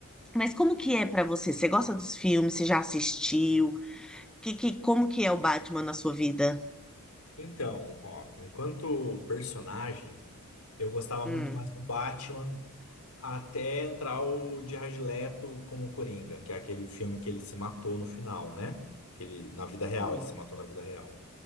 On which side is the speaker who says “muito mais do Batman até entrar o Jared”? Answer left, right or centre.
Left